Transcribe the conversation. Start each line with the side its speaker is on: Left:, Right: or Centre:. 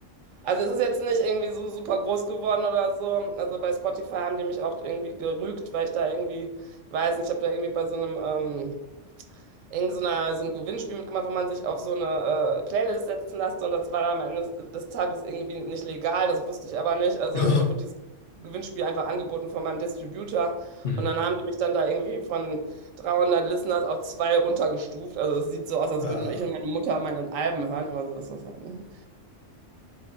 Right: Also es ist jetzt nicht irgendwie so super groß geworden oder so. Also bei Spotify haben die mich auch irgendwie gerügt, weil ich da irgendwie, ich weiß nicht, ich habe da irgendwie bei so einem ähm, irgend so, einer, so ein Gewinnspiel mitgemacht, wo man sich auf so eine äh, Playlist setzen lässt und das war dann am Ende des, des Tages irgendwie nicht legal, das wusste ich aber nicht. Also
Left: <laughs>
Right: mir wurde dieses Gewinnspiel einfach angeboten von meinem Distributor
Left: Mhm.
Right: und dann haben die mich dann da irgendwie von 300 Listeners auf zwei runtergestuft. Also es sieht so aus, als
Left: Ah.
Right: würden nur ich und meine Mutter meine Alben hören, aber so ist das halt nicht.